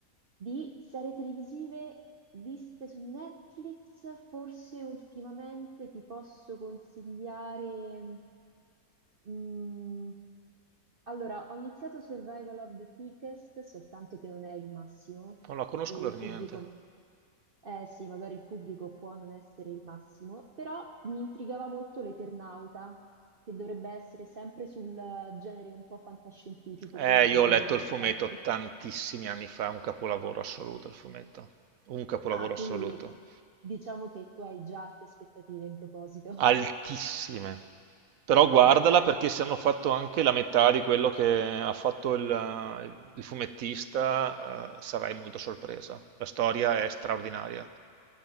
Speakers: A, on the right (about 50°); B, on the right (about 75°).
A: Di serie televisive viste su Netflix, forse ultimamente ti posso consigliare. Mm, allora, ho iniziato Survival of the Thickest, soltanto che non è il massimo
B: Non la conosco
A: e
B: per
A: il
B: niente.
A: pubblico, eh sì, magari il pubblico può non essere il massimo, però mi intrigava molto l'Eternauta, che dovrebbe essere sempre sul genere un po' fantascientifico,
B: Eh,
A: quindi
B: io
A: potrebbe
B: ho letto
A: interessarti.
B: il fumetto tantissimi anni fa, un capolavoro assoluto il fumetto, un capolavoro
A: Ah,
B: assoluto.
A: quindi diciamo che tu hai già altre aspettative in proposito.
B: altissime. Però guardala
A: <laughs>
B: perché se hanno fatto anche la metà di quello che ha fatto il, il fumettista, eh, sarai molto sorpresa. La storia è straordinaria.